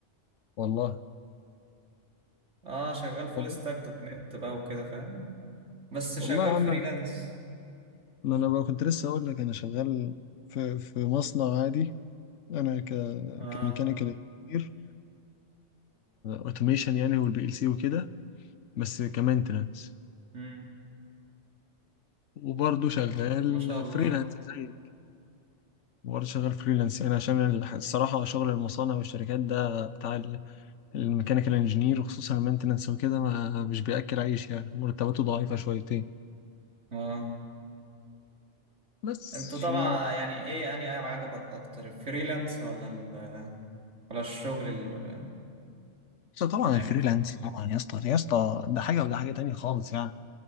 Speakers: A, on the left; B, on the right.
A: والله
B: اه شغال فول
A: والله
B: ستاك دوت نت بقى وكده فاهم بس شغال
A: والله يا عم
B: فريلانس
A: ما انا بقى كنت لسه اقول لك انا شغال في في مصنع عادي انا ك
B: اه
A: كميكانيكال انجينير اوتوميشن يعني والبي ال سي وكده بس كمانتنس
B: امم
A: وبرضه شغال
B: ما شاء الله
A: فريلانس زيك وبرضه شغال فريلانس يعني عشان الح- الصراحة شغل المصانع والشركات ده بتاع الميكانيكال انجينير وخصوصا المينتنس وكده ما مش بياكل عيش يعني مرتباته ضعيفه شويتين
B: اه
A: بس
B: انت طبعا
A: آه،
B: يعني ايه اني عجبك اكتر الفريلانس ولا ال... ولا الشغل ال...
A: بس طبعا
B: يعني
A: الفريلانس
B: في
A: طبعا
B: مصر؟
A: يا اسطى يا اسطى ده حاجه وده حاجه تانية خالص يعني